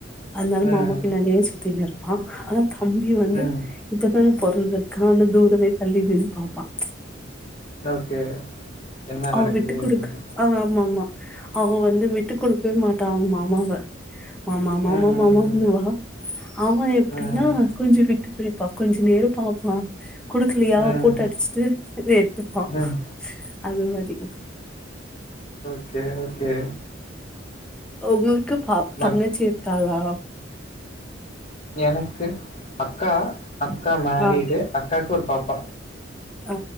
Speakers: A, in the centre; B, on the left (about 35°).
A: அதனால
B: ம்.
A: மாமா பின்னாலே சு த்தினு இருப்பான் அத தம்பி வந்து
B: ம்.
A: இப்பதான பொறந்தற்கான தூரவே தள்ளிவிம் பார்ப்பான்
B: ஓக்கே என்ன
A: அவ
B: நடக்குது
A: விட்டு குடுக்க
B: எப்படின்னு
A: ஆ ஆமா ஆமா அவ வந்து விட்டு கொடுக்கவே மாட்டா அவங்கம்மா மாங்க மாமா மாமா
B: ம்.
A: மானுவா
B: ம்.
A: அவ எப்படின்னா
B: ம்.
A: கொஞ்சு விட்டு குறிப்பா கொஞ்சு நேரோ பாப்பாக்கு குடுக்கலையா
B: ம்.
A: போட்டு அடிச்சுட்டு எடுத்துப்பா
B: ம்.
A: அந்த மாரி
B: ஓக்கே ஓக்கே
A: உங்களுக்கு க்கு பா
B: பட்
A: தங்கச்சி இருக்காளா
B: எனக்கு அக்கா அக்கா மேரீடு
A: ஆ
B: அக்காக்கு ஒரு பாப்பா
A: ஆ